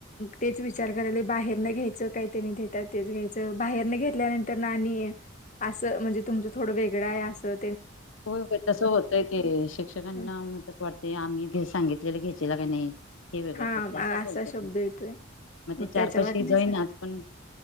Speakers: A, on the left (about 40°); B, on the left (about 80°).
A: तेच विचार करायला बाहेर न घ्यायचं, काय त्यांनी देतात तेच घ्यायचं. बाहेर न घेतल्यानंतर ना आणि असं म्हणजे तुमचं थोडं वेगळं आहे असते.
B: होय होय तस होतय ते शिक्षकांना
A: हं,
B: त वाटते आम्ही घ सांगितलेलं घ्याय. केला का नाही, हे वेगळं
A: हा
B: पडते असं
A: असा
B: बोलत
A: शब्द येतोय
B: मग ते चार
A: त्याच्या
B: पैशी
A: वाटणीच
B: जईनात पण,